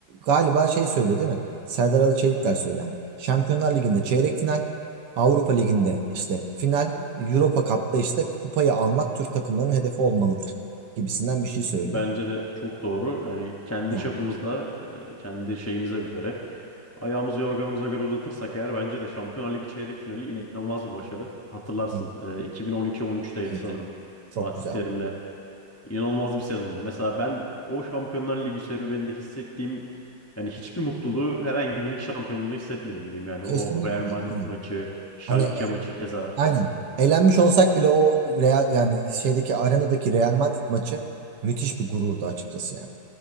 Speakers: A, on the right; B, on the left.
A: galiba şey söylüyor değil mi? Serdar Ali Çelikler söylüyor yani. Şampiyonlar Ligi'nde çeyrek final, Avrupa Ligi'nde işte final, Europa Cup'ta işte kupayı almak Türk takımlarının hedefi olmalıdır gibisinden bir şey söylüyor.
B: Bence de çok doğru. Yani kendi
A: Yani
B: çapımızda, e, kendi şeyimize göre, ayağımızı yorganımıza göre uzatırsak eğer bence de Şampiyonlar Ligi çeyrek finali inanılmaz bir başarı. Hatırlarsın,
A: hı,
B: e, 2012-13'teydi
A: evet
B: sanırım
A: çok
B: Fatih
A: güzel.
B: Terim'le. İnanılmaz bir sezondu. Mesela ben o Şampiyonlar Ligi serüveninde hissettiğim yani hiçbir mutluluğu herhangi bir lig şampiyonluğunda hissetmedim diyeyim. Yani
A: Kesinlikle.
B: o Real Madrid
A: aynen.
B: maçı, Schalke
A: Hani
B: maçı keza.
A: Aynen. Eğlenmiş olsak bile o Real yani şeydeki arenadaki Real Madrid maçı müthiş bir gururdu açıkçası yani.